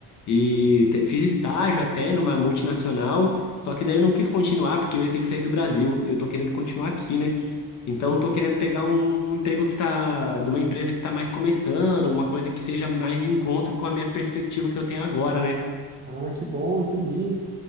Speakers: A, on the left; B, on the right.
A: E te- fiz estágio até numa multinacional, só que daí eu não quis continuar, porque eu ia ter que sair do Brasil. Eu tô querendo continuar aqui, né? Então,
B: Entendi.
A: eu tô querendo pegar um, um emprego que tá, de uma empresa que tá mais começando, uma coisa que seja mais de encontro com a minha perspectiva que eu tenho agora, né?
B: Ah, que bom, entendi.